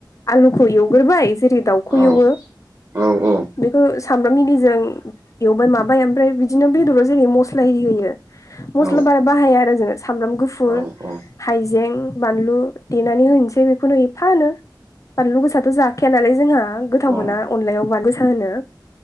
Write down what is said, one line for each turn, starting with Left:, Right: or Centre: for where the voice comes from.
Left: आलुखौ एवग्रोबाय जेरै दाउखौ
Right: औ
Left: एवो।
Right: औ औ
Left: बेखौ सामब्राम इलिजों एवबाय माबाय ओमफ्राय बिदिनो बेदराव जेरै मस्ला इरि होयो। मस्ला
Right: औ
Left: बारा बाहाया आरो जोङो सामब्राम गुफुर
Right: औ
Left: हाइजें बानलु देनानै होनोसै बेखौनो एफानो। बानलु गोसाथ' जाखाया नालाय जोंहा गोथाव
Right: औ अ
Left: मोना अनलायाव बानलु स होनो